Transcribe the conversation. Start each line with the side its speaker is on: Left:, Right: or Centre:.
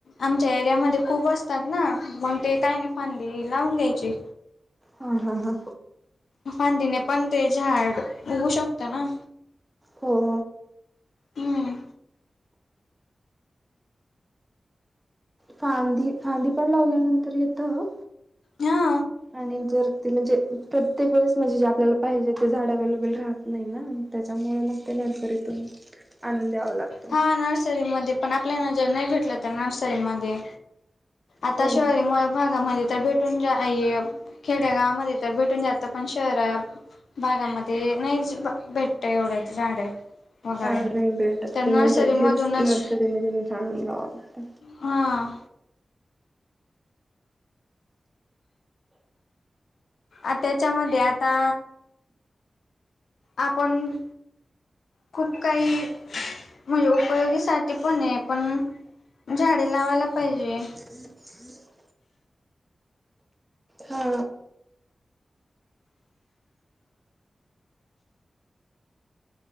Left: आमच्या एरियामध्ये खूप असतात ना मग ते काय नाही फांदी लावून घ्यायची.
Right: हा हा हा.
Left: फांदीने पण ते झाड उगू शकतं ना.
Right: हो.
Left: हम्म
Right: फांदी फांदी पण लावल्यानंतर येतं.
Left: हा.
Right: आणि जर ति म्हणजे प्रत्येक वेळेस म्हणजे जे आपल्याला पाहिजे ते झाड अवेलेबल राह नाही ना त्याच्यामुळ मग ते नर्सरीतून आनून द्यावां लागत.
Left: हा नर्सरीमध्ये पण आपल्या ना जर नाही भेटलं तर नर्सरीमध्ये आता
Right: हो
Left: शहरी
Right: ना
Left: मूळ भागामध्ये तर भेटून जा, <unintelligible> खेड्या गावामध्ये तर भेटून जा त पण शहरा भागामध्ये नाही भेटत एवढ्या झाडे. वगैरे
Right: हा नाही भेटत
Left: तर नर्सरीमधूनच
Right: ते म्हणजे हेच नर्सरीमध्ये मधूनच आणून लावावं लागत.
Left: हां. आत्याच्यामध्ये आता आपण. खूप काही म्हणजे उपयोगीसाठी पण आहे पण झाडे लावायला पाहिजे.
Right: <inaudible> हा.